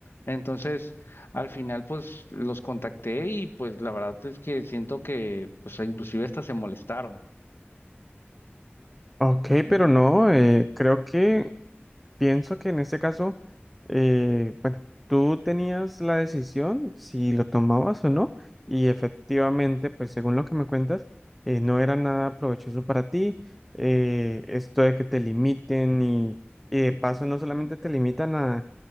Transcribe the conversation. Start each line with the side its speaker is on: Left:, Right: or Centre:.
Left: Entonces, al final, pues los contacté y pues la verdad es que siento que, pues inclusive hasta se molestaron.
Centre: Ok, pero no, eh, creo que pienso que en este caso, eh, bueno, tú tenías la decisión si lo tomabas o no, y efectivamente, pues según lo que me cuentas, eh, no era nada provechoso para ti, eh, esto de que te limiten y, y de paso no solamente te limitan a,